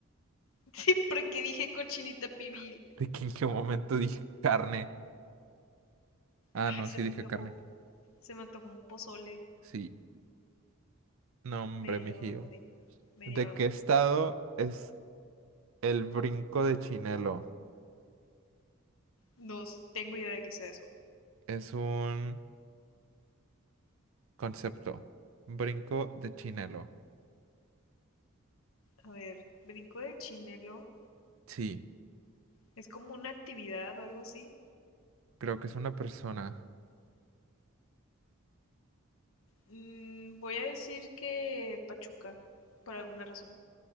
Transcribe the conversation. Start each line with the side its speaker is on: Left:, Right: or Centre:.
Left: <laughs> Sí, porque dije cochinita pibil.
Right: <laughs> ¿De qué en qué momento dije carne? Ah,
Left: Ay,
Right: no,
Left: se
Right: sí dije
Left: me antojó
Right: carne.
Left: Se me antojó un pozole.
Right: Sí, no, hombre,
Left: Me dio
Right: mijillo.
Left: hambre. Me
Right: ¿De
Left: dio hambre.
Right: qué estado es el brinco de Chinelo?
Left: No tengo idea de qué sea eso.
Right: Es un Concepto. Brinco de Chinelo.
Left: A ver, brinco de chinelo.
Right: Sí,
Left: ¿Es como una actividad o algo así?
Right: creo que es una persona.
Left: Mm, voy a decir que Pachuca, por alguna razón.